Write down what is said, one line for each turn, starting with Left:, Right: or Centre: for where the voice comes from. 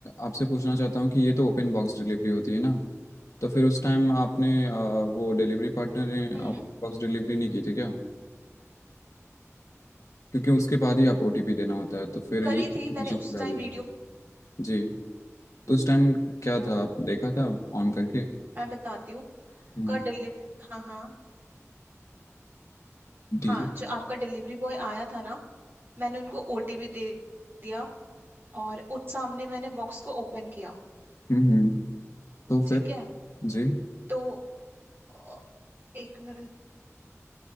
Left: आपसे पूछना चाहता हूँ कि ये तो ओपन बॉक्स डिलीवरी होती है ना तो फिर उस टाइम आपने अ, वो डिलीवरी पार्टनर ने
Right: हम्म
Left: ओपन बॉक्स डिलीवरी नहीं की थी क्या क्योंकि उसके बाद ही आप ओटीपी देना होता है तो फिर
Right: करी
Left: ये
Right: थी
Left: चीज़
Right: मैंने
Left: करा
Right: उस टाइम
Left: दी
Right: वीडियो
Left: जी तो उस टाइम क्या था आप देखा था ऑन करके डील
Right: मैं बताती हूँ
Left: हम्म
Right: का डिलीव हाँ हाँ
Left: deal?
Right: हाँ जो आपका डिलीवरी बॉय आया था ना मैंने उनको ओटीपी दे दिया और उन सामने मैंने बॉक्स को ओपन किया
Left: हम्म हम्म, तो फिर
Right: ठीक है
Left: जी
Right: तो अ, एक मिनट